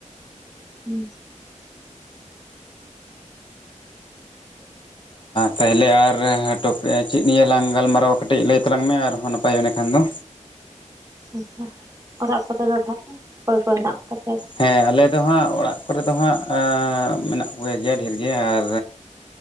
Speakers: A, on the right; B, on the left.
A: ᱦᱩᱸᱻ ᱾
B: ᱛᱟᱦᱞᱮ ᱟᱨ ᱴᱚᱯᱮᱡ ᱪᱮᱫ ᱱᱤᱭᱟᱹᱞᱟᱝ ᱜᱟᱞᱢᱟᱨᱟᱣᱟ ᱠᱟᱹᱴᱤᱡ ᱞᱟᱹᱭ ᱛᱟᱞᱟᱝ ᱢᱮ ᱟᱨᱦᱚ ᱱᱟᱯᱟᱭᱚᱜᱼᱟ ᱤᱱᱟᱹᱠᱷᱟᱱ ᱫᱚ᱾
A: ᱟᱪᱪᱷᱟ ᱚᱲᱟᱜ ᱠᱚᱨᱮ ᱫᱚ ᱛᱟᱦᱚᱞᱮ ᱚᱠᱚᱭ ᱠᱚ ᱦᱮᱱᱟᱜ ᱯᱮᱛᱮ?
B: ᱦᱮᱸ ᱟᱞᱮ ᱫᱚ ᱦᱟᱸᱜ ᱚᱲᱟᱜ ᱠᱚᱨᱮ ᱫᱚ ᱦᱟᱸᱜ ᱟᱸᱜᱻ ᱢᱮᱱᱟᱜ ᱠᱚᱜᱮ ᱜᱮᱭᱟ ᱰᱷᱮᱨᱜᱮᱭᱟ ᱟᱨ᱾